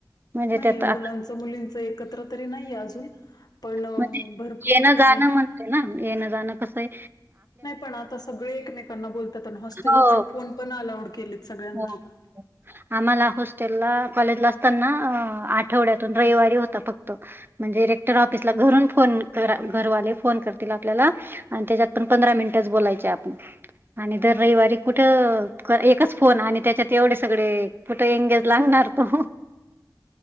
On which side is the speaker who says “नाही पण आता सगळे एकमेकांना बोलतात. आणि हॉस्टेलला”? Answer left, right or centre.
Left